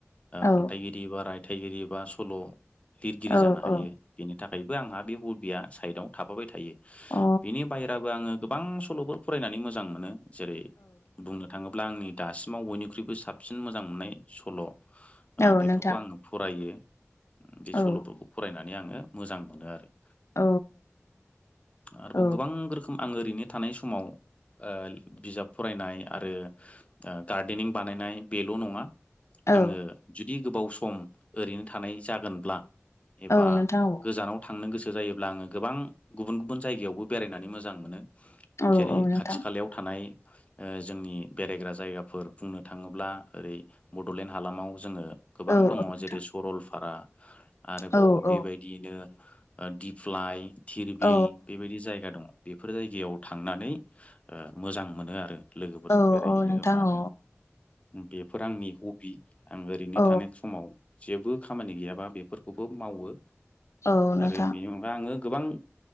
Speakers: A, on the left (about 75°); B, on the left (about 25°).
A: औ
B: खन्थाइगिरि बा रायथाइगिरि बा सल' लिरगिरि
A: औ
B: जानो हायो
A: औ अ
B: बेनि नि थाखायबो आंहा बे हबिया साइडआव थाफाबाय थायो
A: औ
B: बिनि बायेराबो आङो गोबां सल'बो फरायनानै मोजां मोनो जेरै बुंनो थाङोब्ला आंनि दासिमाव बयनिख्रुइबो साबसिन मोजां मोननाय सल'
A: औ
B: बेफोरखौ
A: नोंथां
B: आङो फरायो बे
A: औ
B: सल'फोरखौ फरायनानै आङो मोजां मोनो आरो
A: औ
B: आरोबाव
A: औ
B: गोबां रोखोम आं ओरैनो थानाय समाव ओ बिजाब फरायनाय आरो गार्देनिं बानायनाय बेल' नङा
A: औ
B: आङो जुदि गोबाव सम ओरैनो थानाय जागोनब्ला एबा
A: औ नोंथां औ
B: गोजानाव थांनो गोसो जायोब्ला आङो गोबां गुबुन गुबुन जायगायावबो बेरायनानै मोजां मोनो
A: औ
B: जेरै
A: औ नोंथां
B: खाथि खालायाव थानाय जोंनि बेरायग्रा जायगाफोर बुंनो थाङोब्ला ओरै बड'लेण्ड हालामाव जोङो गोबां
A: औ
B: दङ
A: औ नोंथां
B: जेरै सरलपारा आरोबाव
A: औ औ
B: बेबायदियैनो दिप्लाय धिरबिल
A: औ
B: बेबायदि जायगा दङ बेफोर जायगायाव थांनानै मोजां मोनो आरो लोगोफोरजों
A: औ
B: बेरायहैनो
A: औ नोंथां
B: मानो
A: औ
B: बेफोर आंनि हबि आं ओरैनो
A: औ
B: थानाय समाव जेबो खामानि गैयाबा बेफोरखौबो मावो
A: औ नोंथां
B: आरो बेनि अनगा आङो गोबां